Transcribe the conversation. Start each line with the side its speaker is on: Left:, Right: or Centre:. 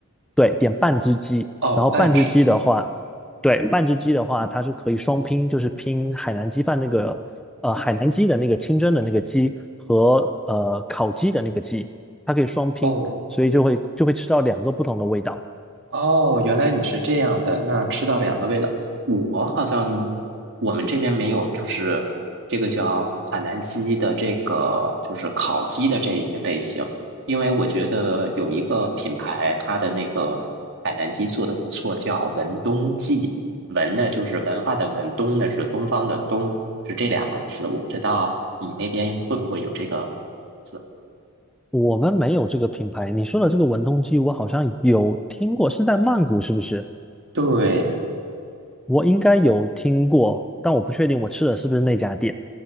Centre: 对，点半只鸡，
Right: 哦，
Centre: 然后半只鸡的话，
Right: 半只鸡。
Centre: 对，半只鸡的话，它是可以双拼，就是拼海南鸡饭那个，呃，海南鸡的那个清蒸的那个鸡和呃烤鸡的那个鸡，它可以双拼，
Right: 哦，
Centre: 所以就会就会吃到两个不同的味道。
Right: 哦，原来你是这样的，那吃到两个味道，我好像我们这边没有，就是这个叫海南鸡的这个就是烤鸡的这一个类型，因为我觉得有一个品牌，它的那个海南鸡做的不错，叫文东记，文呢就是文化的文，东呢是东方的东，是这两个字，我不知道你那边会不会有这个字。
Centre: 我们没有这个品牌，你说的这个文东鸡，我好像有听过，是在曼谷是不是？
Right: 对。
Centre: 我应该有听过，但我不确定我吃的是不是那家店。